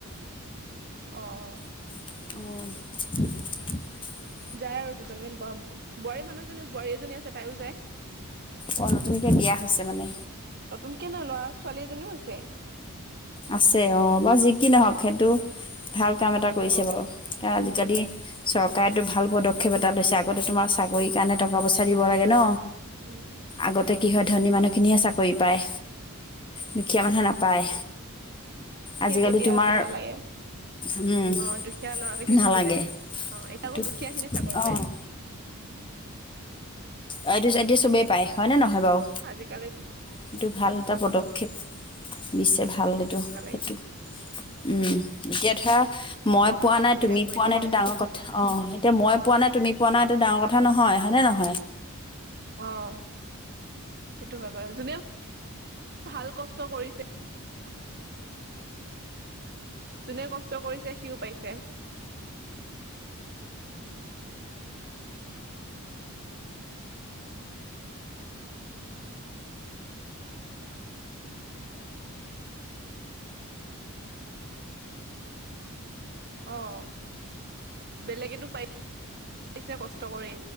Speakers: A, on the right; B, on the left.
A: অ'।
B: অ'।
A: যায় আৰু দুজনীমান, বোৱাৰী মানুহজনী, বোৱাৰী এজনী আছে, তাইও যায়।
B: অ', নতুনকে বিয়া হৈছে মানে?
A: নতুনকে নহয়, ল'ৰা, ছোৱালী এজনীও আছে।
B: আছে অ', বা যি কি নহওঁক, সেইটো ভাল কাম এটা কৰিছে
A: অ
B: বাৰু, কাৰণ আজিকালি চৰকাৰ চৰকাৰেতো ভাল পদক্ষেপ এটা লৈছে, আগতে তোমাক চাকৰিৰ কাৰণে টকা পইচা দিব লাগে ন'।
A: উম
B: আগতে কি হয়, ধনী মানুহ খিনিয়হে চাকৰি পায়, দুখীয়া মানুহে নাপায়।
A: সেইটো
B: আজিকালি
A: এতিয়া
B: তোমাৰ,
A: দিব নালাগে
B: উম,
A: অ দুখীয়া ল'ৰা ছোৱালী খিনি
B: নালাগে।
A: থাকি যায় অ এতিয়া
B: এইটো,
A: আকৌ দুখীয়া খিনিয়ে চাকৰি
B: অ'।
A: পায়
B: অ', এইটো এতিয়া চবে পায়, হয় নে নহয় বাৰু।
A: আজি কালিটো
B: সেইটো ভাল এটা পদক্ষেপ দিছে, ভাল এইটো,
A: নালাগে
B: সেইটো। উম, এতিয়া ধৰা মই
A: বহুত
B: পোৱা
A: ভাল
B: নাই,
A: সুবিধা
B: তুমি
A: কৰি
B: পোৱা
A: দিছে
B: নাই সেইটো ডাঙৰ কথা। অ', এতিয়া মই পোৱা নাই, তুমি পোৱা নাই, এইটো ডাঙৰ কথা নহয়, হয়নে নহয়?
A: অ', সেইটো হয় বাৰু, যোনে ভাল কষ্ট কৰিছে যোনে কষ্ট কৰিছে, সিও পাইছে। অ', বেলেগেতো পাইছে, কষ্ট কৰি।